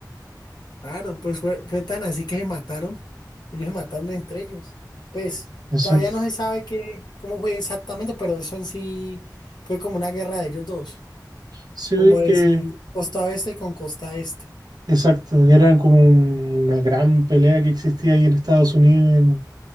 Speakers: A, on the left; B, on the right.
A: Claro, pues fue, fue tan así que se mataron. Ellos se mataron entre ellos. Pues
B: Exacto.
A: todavía no se sabe qué, cómo fue exactamente, pero eso en sí fue como una guerra de ellos dos.
B: Sí,
A: Como decir
B: que,
A: costa oeste con costa este.
B: exacto, eran como un- una gran pelea que existía ahí en Estados Unidos, en,